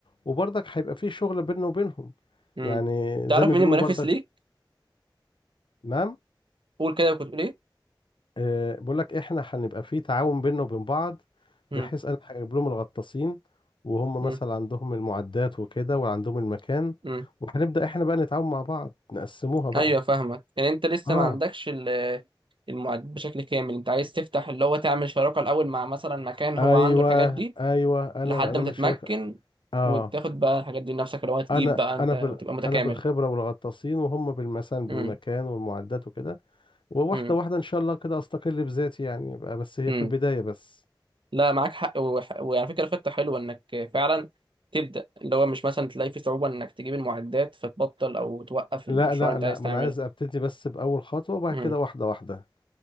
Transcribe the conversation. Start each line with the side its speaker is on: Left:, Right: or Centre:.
Left: وبرضك هيبقى في شغل بيننا وبينهم
Right: مم.
Left: يعني
Right: تعرف
Left: زي ما
Right: مين
Left: بيقولوا
Right: المنافس
Left: برضك
Right: ليك
Left: نعم
Right: قول كده كنت تقول ايه
Left: آه بقول لك احنا هنبقى في تعاون بيننا وبين بعض
Right: مم.
Left: بحيث انا هجيب لهم الغطاسين وهم
Right: مم.
Left: مثلا عندهم المعدات وكده وعندهم المكان
Right: مم.
Left: وهنبدأ احنا بقى نتعاون مع بعض نقسموها بقى
Right: ايوه فاهمك يعني انت لسه
Left: اه
Right: ما عندكش ال- المعدات بشكل كامل انت عايز تفتح اللي هو تعمل شراكة الاول مع مثلا مكان هو
Left: ايوه
Right: عنده الحاجات دي
Left: ايوه انا
Right: لحد
Left: انا
Right: ما
Left: من الشركة
Right: تتمكن
Left: اه
Right: وتاخد بقى الحاجات دي لنفسك اللي هو هتجيب
Left: انا
Right: بقى انت
Left: انا بال
Right: وتبقى متكامل
Left: انا بالخبرة والغطاسين وهم بالمثلا
Right: امم
Left: بالمكان والمعدات وكده وواحدة
Right: امم
Left: واحدة إن شاء الله كده أستقل بذاتي يعني يبقى بس هي
Right: امم
Left: في البداية بس
Right: لا معاك حق وح- وعلى فكره خطه حلوه انك فعلا تبدا اللي هو مش مثلا تلاقي في صعوبه انك تجيب المعدات فتبطل او توقف المشروع
Left: لا لا
Right: اللي انت
Left: لا
Right: عايز
Left: ما
Right: تعمله
Left: أنا عايز أبتدي بس بأول خطوة وبعد
Right: امم
Left: كده واحدة واحدة